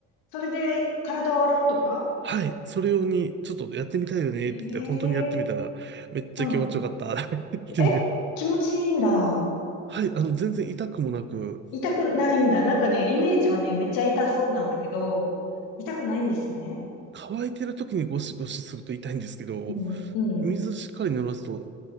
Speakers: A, on the left; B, on the right.
A: それで体を洗うとか
B: はい。それ用にちょっとやってみたいよねって言って本当にやってみたらめっちゃ気持ちよかった
A: ええうん。
B: <laughs> っていう。
A: え、気持ちいいんだ。
B: はい。あの全然痛くもなく、
A: 痛くないんだ。なんかね、イメージはね、めっちゃ痛そうなんだけど、痛くないんですね。
B: 乾いてる時にゴシゴシすると痛いんですけど、
A: うん、うん、
B: 水しっかり濡らすと、